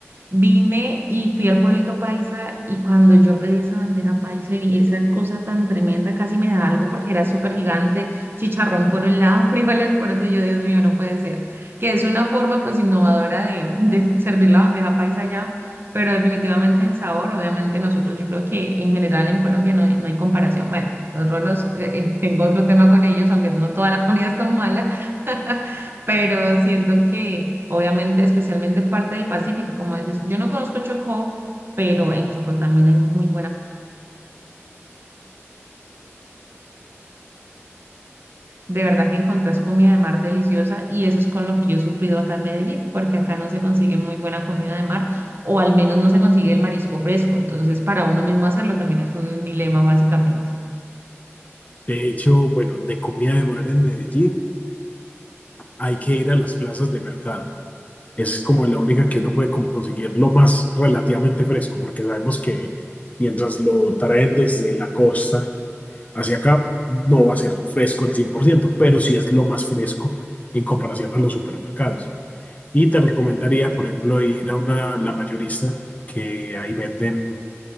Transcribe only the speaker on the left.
De hecho, bueno, de comida de mar en Medellín hay que ir a las plazas de mercado. Es como la única que uno puede como conseguir lo más relativamente fresco, porque sabemos que mientras lo traen desde la costa, Hacia acá no va a ser fresco al cien por ciento pero sí es lo más fresco en comparación a los supermercados. Y te recomendaría, por ejemplo, ir a una, la mayorista, que ahí venden